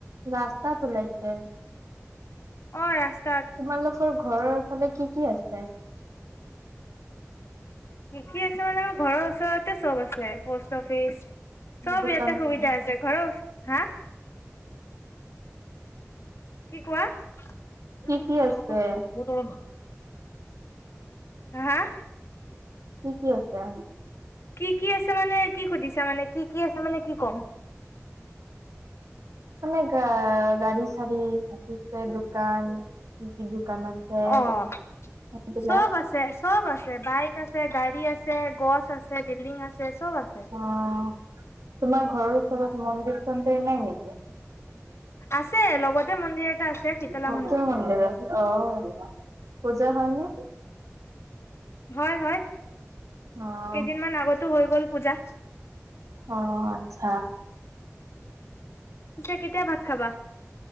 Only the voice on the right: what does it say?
ৰাস্তা উওলাইছে।
তোমালোকৰ ঘৰৰ ফালে কি -কি আছে? চে
দোকান
কি
কি আছে
কি কি আছে
মানে গ', গাড়ী চাৰি দিছে দোকান কি -কি দোকান আছে
সেইবিলাক।
অ', তোমাৰ ঘৰৰ ওচৰত মন্দিৰ চন্দিৰ নাই? কি
শক্তিৰ মন্দিৰ আছে, অ', পুজা হয় নে?
অ
আহ আচ্ছা